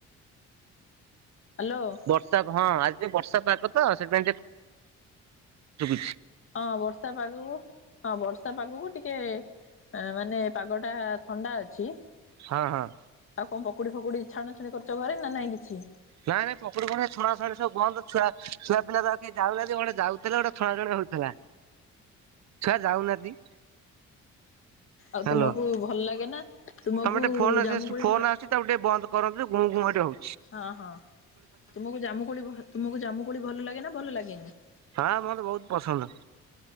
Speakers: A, on the left (about 45°); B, on the right (about 60°).
A: ହ୍ୟାଲୋ
B: ବର୍ଷା ହଁ ଆଜି ଯ ବର୍ଷା ପାଗ ତ ସେପାଇଁ ଟିକେ
A: ହଁ ବର୍ଷା ପାଗକୁ ହଁ ବର୍ଷା ପାଗକୁ ଟିକେ ମାନେ ମାନେ ପାଗ ଟା ଥଣ୍ଡା ଅଛି।
B: ହଁ ହଁ।
A: ଆଉ କଣ ପକୁଡି ଫକୁଡି ଛଣା ଛାଣି କରିଛ ଘରେ ନା ନାଇଁ କିଛି
B: ନା ନା ପକୁଡି କଣ ଛଣା ଛଣ ସବୁ ବନ୍ଦ୍ ଛୁଆ ପିଲା ତ କେ ଯାଉେ ଯାଉଥିଲେ ଗୋଟେ ଛଣାଛୁଣି ଥିଲା ଛୁଆ ଯାଉନାହାନ୍ତି
A: ଆଉ
B: ହ୍ୟାଲୋ
A: ତୁମକୁ ଭଲ ଲାଗେ ନା? ତୁମକୁ
B: ତମେ ଟିକେ ଫୋନ
A: ଜାମୁକୋଳି
B: ଫୋନ ଆସଛି ତାକୁ ଟିକେ ବନ୍ଦ କରନ୍ତୁ ଗୁଁ ଗୁଁ ଏଠି ହେଉଛି
A: ହଁ ହଁ ତୁମକୁ ଜାମୁ କୋଳି ତୁମକୁ ଜାମୁକୋଳି ଭଲ ଲାଗେ ନା ଭଲ ଲାଗେନି?
B: ହଁ ମତେ ବହୁତ ପସନ୍ଦ